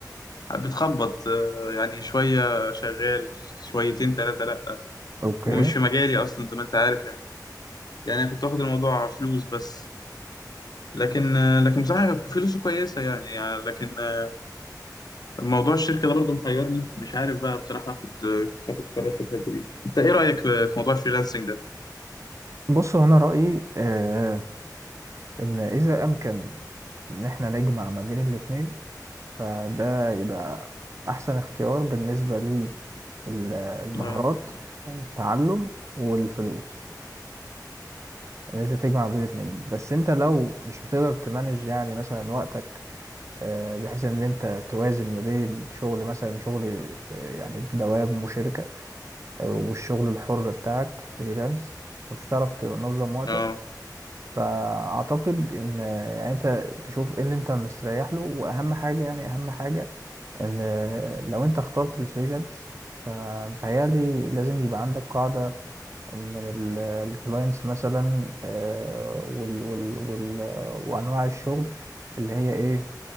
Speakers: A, on the left; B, on the right.
A: بتخبط آه، يعني شويه شغال شويتين ثلاثه لا
B: اوكي
A: ومش في مجالي اصلا زي ما انت عارف يعني يعني انا كنت واخد الموضوع فلوس بس لكن آه، لكن بصراحه فلوسه كويسه يعني, يعني لكن آه، موضوع الشركه ده برضه محيرني مش عارف بقى بصراحه اخد آه، اخد قرار في الحته دي انت ايه رايك في موضوع الفريلانسنج ده
B: بص هو انا رايي آه ان اذا امكن ان احنا نجمع ما بين الاثنين فده يبقى احسن اختيار بالنسبه للمهارات
A: اه
B: والتعلم والفلوس ان انت تجمع بين الاثنين بس انت لو مش بتقدر تمانج يعني مثلا وقتك آه بحيث ان انت توازن ما بين شغل مثلا شغل آه يعني بدوام وشركه والشغل الحر بتاعك فريلانس مش هتعرف تنظم وقتك
A: اه
B: فأعتقد إن يعني أنت تشوف إيه اللي أنت مستريح له وأهم حاجة يعني أهم حاجة إن لو أنت اخترت الفريلانس فمتهيألي لازم يبقى عندك قاعدة من الكلاينتس مثلا آه، وال وال وال وأنواع الشغل اللي هي إيه